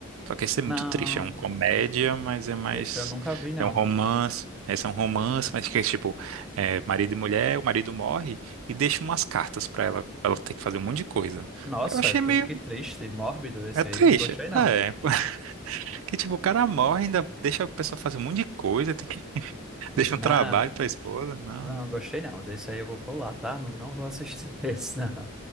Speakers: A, on the right; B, in the centre.
A: Só que esse é
B: Não,
A: muito triste. É uma comédia, mas é mais.
B: esse eu nunca vi, não.
A: É um romance. Esse é um romance, mas que é tipo, é, marido e mulher, o marido morre e deixa umas cartas pra ela, pra ela ter que fazer um monte de coisa.
B: Nossa,
A: Eu achei meio.
B: que, que triste, mórbido esse
A: É triste.
B: aí, não gostei, não.
A: É. <laughs> Que tipo, o cara morre, ainda deixa a pessoa fazer um monte de coisa, tem que... <laughs> deixa
B: Não,
A: um trabalho pra esposa. Não,
B: não
A: não.
B: gostei, não. Desse aí eu vou pular, tá? Não, não vou assistir <laughs> esse, não.